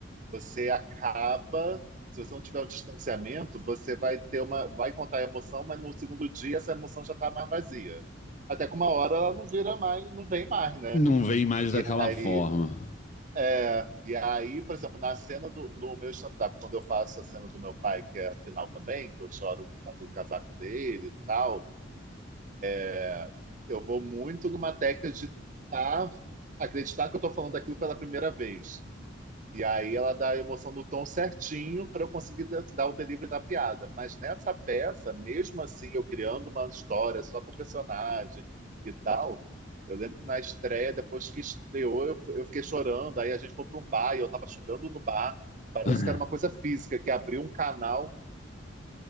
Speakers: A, on the right; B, on the left.
A: Você acaba, se você não tiver um distanciamento, você vai ter uma, vai contar a emoção, mas no segundo dia essa emoção já está mais vazia. Até que uma hora ela não vira mais, não vem mais, né?
B: Não vem mais
A: E
B: daquela
A: aí,
B: forma.
A: é, e aí, por exemplo, na cena do no meu stand-up, quando eu faço a cena do meu pai, que é a final também, que eu choro com o casaco dele e tal, é, eu vou muito numa técnica de tá, acreditar que eu estou falando daquilo pela primeira vez. E aí ela dá a emoção no tom certinho para eu conseguir da- dar o delivery da piada. Mas nessa peça, mesmo assim, eu criando uma história só para o personagem e tal, eu lembro que na estreia, depois que estreou, eu, eu fiquei chorando. Aí a gente foi para um bar e eu estava chorando no bar. Parece
B: <laughs>
A: que era uma coisa física, que abriu um canal